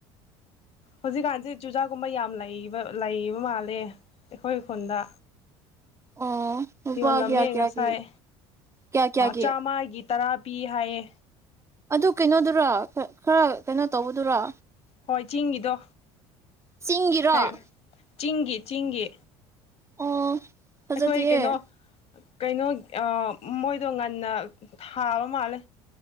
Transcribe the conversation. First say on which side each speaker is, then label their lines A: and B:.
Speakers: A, on the left (about 45°); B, on the right (about 20°).
A: ꯍꯧꯖꯤꯛꯀꯥꯟꯁꯤ ꯆꯨꯖꯥꯛꯀꯨꯝꯕ ꯌꯥꯝ ꯂꯩꯕ ꯂꯩꯕ ꯃꯥꯜꯂꯦ ꯑꯩꯈꯣꯏ ꯈꯨꯟꯗ
B: ꯑꯣ ꯂꯨꯄꯥ
A: ꯌꯣꯜꯂꯝꯃꯦ
B: ꯀꯌꯥ ꯀꯌꯥꯒꯤ
A: ꯉꯁꯥꯏ
B: ꯀꯌꯥ ꯀꯌꯥꯒꯤ
A: ꯆꯥꯃꯒꯤ ꯇꯔꯥ ꯄꯤ ꯍꯥꯏꯌꯦ
B: ꯑꯗꯨ ꯀꯩꯅꯣꯗꯨꯔꯥ ꯈꯔ ꯀꯩꯅꯣ ꯇꯧꯕꯗꯨꯔꯥ
A: ꯍꯣꯏ ꯆꯤꯡꯒꯤꯗꯣ
B: ꯆꯤꯡꯒꯤꯔꯣ
A: ꯍꯥꯏ ꯆꯤꯡꯒꯤ ꯆꯤꯡꯒꯤ
B: ꯑꯣ ꯐꯖꯗꯤꯌꯦ
A: ꯑꯩꯈꯣꯏ ꯀꯩꯅꯣ ꯀꯩꯅꯣ ꯃꯣꯏꯗꯣ ꯉꯟꯅ ꯊꯥꯕ ꯃꯥꯜꯂꯦ